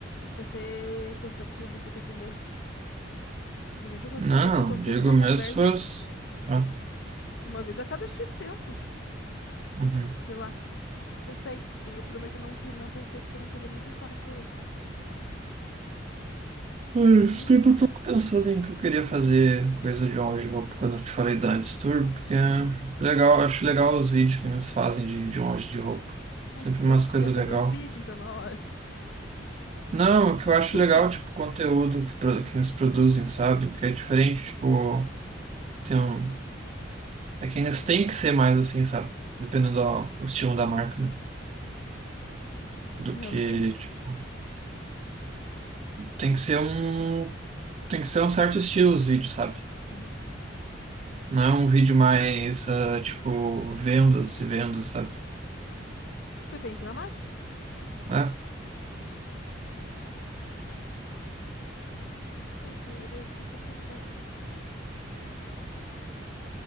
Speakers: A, on the left; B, on the right.
A: para ser cansativo ter que atender. Provavelmente aconteceria
B: Não,
A: se acontecesse
B: não, digo
A: uma
B: mesmo
A: conversa
B: se fosse. Ah,
A: uma vez a cada X tempo,
B: uhum.
A: sei lá. Eu sei. E o problema é que eu não, que- não pensei porque eu não queria nem pensar no problema.
B: Olha, Esse
A: Hum?
B: tempo eu tô pensando em que eu queria fazer coisa de on roupa quando eu te falei da Antes Tour, porque é
A: Hum.
B: legal, acho legal os vídeos que eles fazem de, de on de roupa.
A: Mas
B: Sempre
A: tu gosta,
B: umas
A: tu
B: coisas
A: quer fazer
B: legais.
A: os vídeos, então na loja.
B: Não, o que eu
A: <laughs>
B: acho legal, tipo, o conteúdo que, pro- que eles produzem, sabe? Porque é diferente, tipo, tem um... É que eles têm que ser mais assim, sabe? Dependendo do o estilo da marca, né? Do
A: Não,
B: que,
A: entendi.
B: tipo, tem que ser um... Tem que ser um certo estilo os vídeos, sabe?
A: Uhum.
B: Não é um vídeo mais, ah, tipo, vendas e vendas, sabe?
A: Depende da marca?
B: Né?
A: Sei, daí era isso que eu tinha pensado.